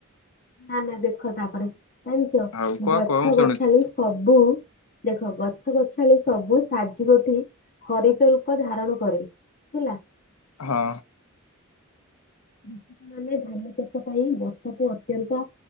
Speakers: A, on the left; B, on the left.
A: ନା ନା ଦେଖ ତାପରେ ଜାଣିିଚ
B: ହଉ କୁହ
A: ଗଛ
B: କୁହ ମୁଁ
A: କଟାଳି
B: ଶୁଣୁଛି
A: ସବୁ ଦେଖ ଗଛ ଗଛାଳି ସବୁ ସାଜି ଗୋଟି ହରିିତ ରୂପ ଧାରଣ କରେ ହେଲା।
B: ହଁ।
A: କୃଷକ ମାନେ ଧାନ ଚାଷ ପାଇଁ ବର୍ଷାକୁ ଅତ୍ୟନ୍ତ